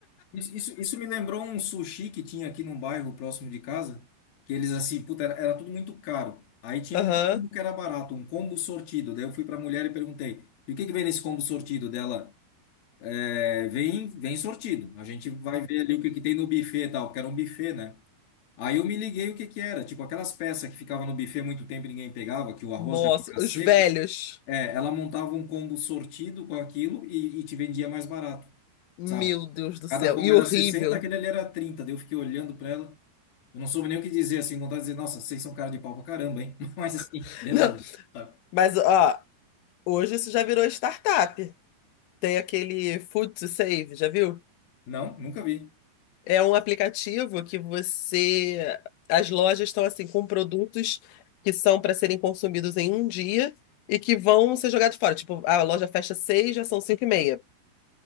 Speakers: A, on the left (about 55°); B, on the left (about 90°).
A: Isso, isso, isso me lembrou um sushi que tinha aqui num bairro próximo de casa, que eles assim, puta, era, era tudo muito caro. Aí tinha
B: Aham.
A: um combo que era barato, um combo sortido. Daí eu fui pra mulher e perguntei: e o que que vem nesse combo sortido dela? É, vem, vem sortido. A gente vai ver ali o que que tem no buffet e tal, porque era um buffet, né? Aí eu me liguei o que que era, tipo aquelas peças que ficavam no buffet muito tempo e ninguém pegava, que o arroz
B: Nossa,
A: já fica seco.
B: os velhos.
A: É, ela montava um combo sortido com aquilo e, e te vendia mais barato,
B: Meu
A: sabe?
B: Deus do
A: Cada
B: céu.
A: combo
B: E
A: era
B: horrível.
A: 60, aquele ali era 30. Daí eu fiquei olhando pra ela. Eu não soube nem o que dizer, assim, vontade de dizer, nossa, vocês são cara de pau pra caramba, hein? <laughs> Mas assim,
B: <laughs>
A: beleza.
B: Não,
A: sabe?
B: mas ó, hoje isso já virou startup. Tem aquele Food to Save, já viu?
A: Não, nunca vi.
B: É um aplicativo que você. As lojas estão assim com produtos que são para serem consumidos em um dia e que vão ser jogados fora. Tipo, a loja fecha seis, já são cinco e meia.